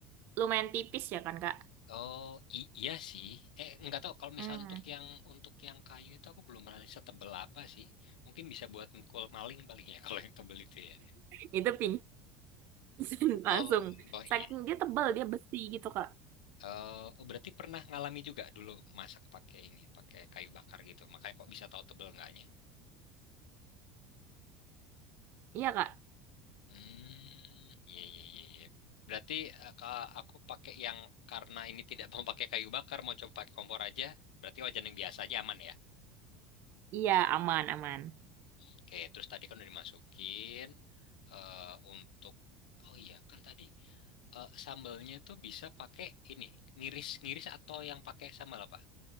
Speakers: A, on the right; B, on the left.
A: lumayan tipis ya kan Kak.
B: Oh, i- iya sih. Eh, nggak tahu kalau misalnya
A: Hmm.
B: untuk yang untuk yang kayu itu aku belum pernah riset tebel apa sih. Mungkin bisa buat mukul maling paling ya <laughs> kalau yang tebel itu ya.
A: Itu pingsan <laughs>
B: Oh,
A: langsung.
B: oh iya.
A: Saking dia tebel, dia besi gitu Kak.
B: Eh, oh berarti pernah ngalami juga dulu masak pakai ini, pakai kayu bakar gitu. Makanya kok bisa tahu tebel enggaknya.
A: Iya Kak.
B: Hmm, iya iya iya iya. Berarti eh, ka- aku pakai yang karena ini tidak mau pakai kayu bakar, mau coba pakai kompor aja. Berarti wajan yang biasa aja aman ya.
A: Iya, aman, aman.
B: Oke, terus tadi kan udah dimasukin eh untuk Oh iya, kan tadi eh, sambalnya tuh bisa pakai ini, ngiris-ngiris atau yang pakai sambal apa?